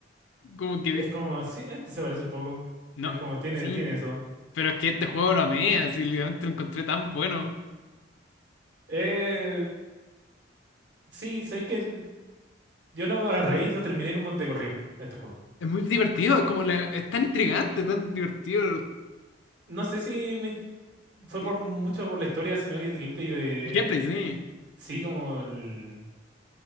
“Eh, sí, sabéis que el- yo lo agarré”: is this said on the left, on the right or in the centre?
Right